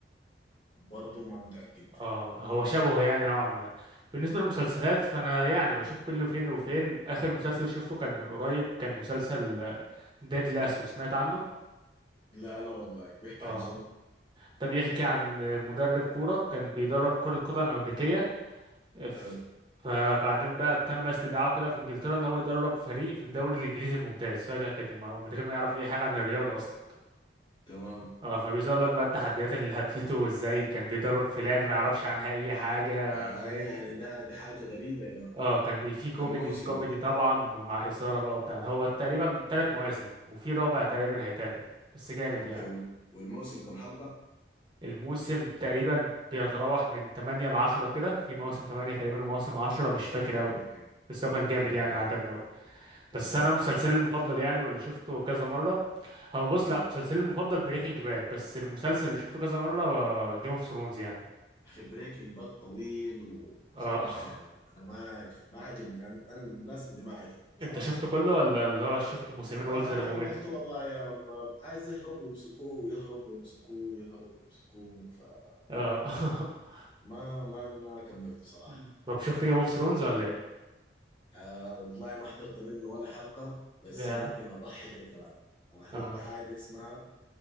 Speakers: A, on the left; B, on the right.
A: برضه ما متأكد
B: اه هو شبهه يعني نوعا ما بالنسبة للمسلسلات فأنا يعني بشوف كل فين وفين آخر مسلسل شفته كان من قريب كان مسلسل ديد لاسو سمعت عنه؟
A: لا لا والله بيحكي
B: اه
A: عن شنو
B: ده بيحكي عن مدرب كورة كان بيدرب كرة قدم أمريكية ف-
A: حلو
B: فبعدين بقى تم استدعائه كده في إنجلترا إن هو يدرب فريق في الدوري الإنجليزي الممتاز فجأة كده ما- من غير ما يعرف أي حاجة عن الرياضة أصلا
A: تمام
B: اه فبيظهر لك بقى التحديات اللي قابلته وازاي كان بيدرب في لعبة ما يعرفش عنها أي حاجة
A: آه
B: فاهم
A: يعني ده دي حاجة غريبة
B: اه كان في كوميدي
A: كم موسم
B: كوميدي طبعا ومع إثارة بقى وبتاع ده. هو تقريبا تلات مواسم وفي رابع تقريبا هيتعمل بس جامد
A: اوكي
B: يعني
A: وال- والموسم كم حلقة
B: الموسم تقريبا بيتراوح من تمانية لعشرة كده في مواسم تمانية تقريبا ومواسم عشرة مش فاكر أوي
A: اوكي
B: بس هو كان
A: اوكي
B: جامد
A: تمام
B: يعني عجبنا أوي
A: تمام
B: بس أنا مسلسلي المفضل يعني واللي شفته كذا مرة هو بص
A: ها
B: لأ مسلسلي المفضل بريكنج باد بس المسلسل اللي شفته كذا مرة جيم اوف ثرونز يعني
A: اخي بريكنج باد طويل وصراحة
B: اه
A: يعني انا ما اعرف ما عجبني انا انا من الناس اللي ما عجبني
B: <laughs>
A: بصراحة
B: انت شفته كله ولا اللي هو شفت موسمين
A: ما
B: قلت ده
A: كملته
B: ممل
A: والله يا ماما عايز يهرب ويمسكوه ويهرب ويمسكوه ويهرب ويمسكوه فما
B: اه <laughs>
A: ما ما كملته صراحة
B: مم. طب شفت جيم اوف ثرونز ولا ايه؟
A: آه والله ما حضرت منه ولا حلقة بس
B: يا
A: ممكن اضحكك يا معلم انا حضرت
B: اه
A: حاجة اسمها